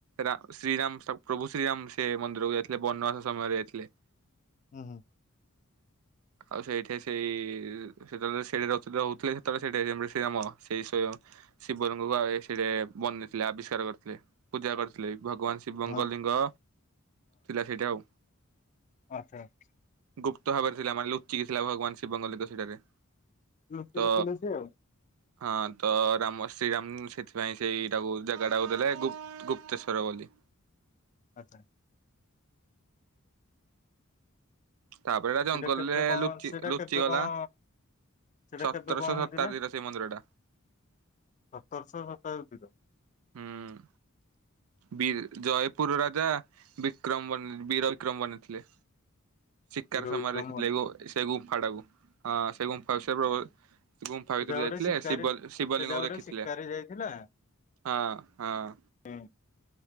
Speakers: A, on the right (about 80°); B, on the left (about 35°).
A: ରା ଶ୍ରୀରାମ ସବ ପ୍ରଭୁ ଶ୍ରୀରାମ ସେ ମନ୍ଦିରକୁ ଯାଇଥିଲେ ବନବାସ ସମୟରେ ଯାଇଥିଲେ।
B: ହୁଁ ହୁଁ।
A: ଆଉ ସେଇଠି ସେଇ ସେତେବେଳେ ସେଠି ରହୁ ରହୁଥିଲେ ସେତେବେଳେ ସେଠେ ସେ ଟାଇମ ରେ ଶ୍ରୀ ରାମ ସେଇ ସୋୟ ଶିବ ରଙ୍କ କୁ ଆଏ ସେଠେ ବନେଇଥିଲେ ଆବିଷ୍କାର କରିଥିଲେ ପୂଜା କରିଥିଲେ ଭଗବାନ ଶି ଶିବଙ୍କ
B: ହଁ
A: ଲିଙ୍ଗ ଥିଲା ସେଠେ ଆଉ।
B: ଆଛା ଆଛା।
A: ଗୁପ୍ତ ଭାବରେ ଥିଲା ମାନେ ଲୁଚିକି ଥିଲା ଭଗବାନ ଶିବଙ୍କ ଲିଙ୍ଗ ସେଠାରେ।
B: ଲୁଚି
A: ତ
B: କି ଥିଲେ ସେ ଆଉ
A: ହଁ ତ ରାମ ଶ୍ରୀରାମ ସେଥିପାଇଁ ସେଇଟାକୁ ଟାକୁ ଜାଗା ଟାକୁ ଦେଲେ ଗୁ ଗୁପ୍ତେଶ୍ଵର ବୋଲି।
B: ଆଚ୍ଛା।
A: ତାପରେ ଏଟା ଜଙ୍ଗଲରେ
B: ସେଟା କେବେ କଣ
A: ଲୁଚି
B: ସେଇଟା
A: ଲୁଚିଗଲା
B: କେବେ କଣ ସେଟା
A: ସତରଶହ
B: କେବେ କଣ ହେଇଥିଲା
A: ଶତାବ୍ଦୀର
B: ସତରଶହ
A: ସେଇ ମନ୍ଦିର ଟା
B: ସପ୍ତାଦି ର?
A: ହୁଁ। ବି ଜୟପୁର ରାଜା ବିକ୍ରମ ବନ ବୀରକ୍ରମ ବନେଇଥିଲେ। ଶିକାର
B: ବୀର
A: ସମୟରେ
B: ବିକ୍ରମ
A: ଦେଖିଥିଲେ ଗୋ ଏ ସେ ଗୁମ୍ଫାଟାକୁ ହଁ ସେ ଗୁମ୍ଫା ସେ ଗୁମ୍ଫା
B: ସେଟା
A: ଭିତରୁ
B: ଗୋଟେ
A: ଯାଇଥିଲେ
B: ଶିକାରୀ
A: ଶିବ ଶିବଲିଙ୍ଗ
B: ସେଇଟା ଗୋଟେ
A: ଦେଖିଥିଲେ।
B: ଶିକାରୀ ଯାଇଥିଲା
A: ହଁ ହଁ।
B: ହୁଁ।